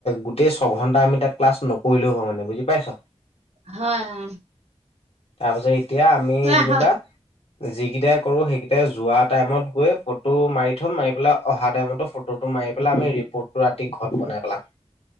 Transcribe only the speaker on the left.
গোটেই ছঘন্টা আমি তাত ক্লাছ নকৰিলেও হ'ব মানে বুজি পাইছোঁ
তাৰপিছত, এতিয়া আমি
যেনিবা যিকেইটাই কৰোঁ সেইকেইটাই যোৱা টাইমত গৈ ফটো মাৰি থম, মাৰি পেলাই অহা টাইমতো ফটোটো মাৰি পেলাই আমি ৰিপৰ্টটো ৰাতি ঘৰত বনাই পেলাম।